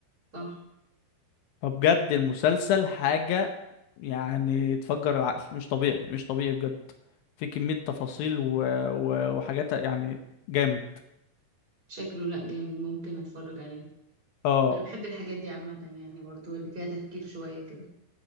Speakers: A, on the right; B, on the left.
A: صح
B: فبجد المسلسل حاجه يعني تفجر العقل مش طبيعي مش طبيعي بجد في كميه تفاصيل و... و... وحاجات يعني جامد
A: شكله لأ جامد ممكن اتفرج عليه
B: اه
A: انا بحب الحاجات دي عامة يعني برضو اللي فيها تفكير شوية كده